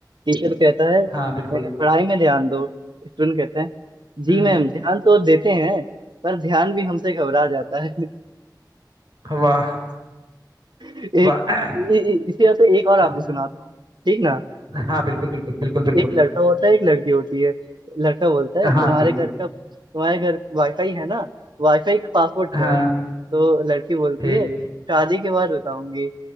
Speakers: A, on the right; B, on the right.
A: टीचर कहता है
B: हाँ बिल्कुल
A: "ए, पढ़ाई में ध्यान दो स्टूडेंट कहता है जी
B: हम्म
A: मैम ध्यान तो देते हैं पर ध्यान भी हमसे घबरा जाता है <laughs>
B: वाह
A: एक
B: वाह
A: इ- इ- इसी तरह से एक और
B: <clears throat>
A: आपको सुनाता हूँ ठीक ना
B: हाँ बिल्कुल बिल्कुल बिल्कुल बिल्कुल
A: एक लड़का होता है एक लड़की होती है लड़का बोलता है
B: हाँ
A: तुम्हारे
B: बिल्कुल
A: घर का तुम्हारे घर वाईफाई है ना वाईफाई का पासवर्ड
B: हाँ
A: क्या है तो लड़की बोलती
B: ठीक
A: है शादी के बाद बताऊंगी